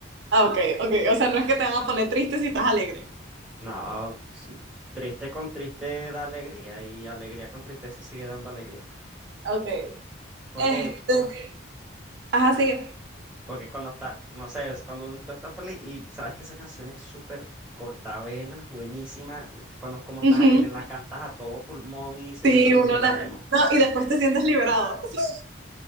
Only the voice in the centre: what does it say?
No, si triste con triste da alegría y alegría con tristeza sigue dando alegría.
Porque,
Porque cuando está, no sé, es cuando uno, tú estás feliz y sabes que esa canción es súper cortavenas, buenísima, cuando como estás
alegre la cantas a todo pulmón y se
te sube
más el
ánimo.